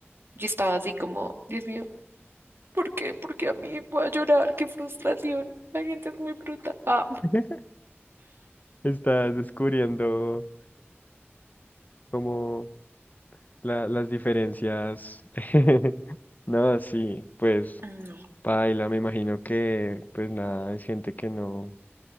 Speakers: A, on the right; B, on the left.
A: Yo estaba así como, Dios mío, ¿por qué? ¿Por qué a mí? Voy a llorar, qué frustración. La gente es muy bruta. Ah,
B: <laughs> Estás descubriendo como la- las diferencias. <laughs> No, sí, pues
A: no,
B: paila, me imagino que pues nada, es gente que no,